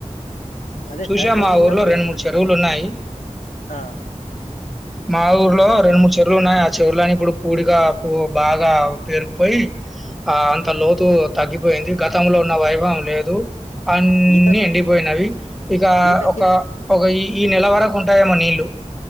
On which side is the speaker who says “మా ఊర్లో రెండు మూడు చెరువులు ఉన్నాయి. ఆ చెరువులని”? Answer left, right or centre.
Centre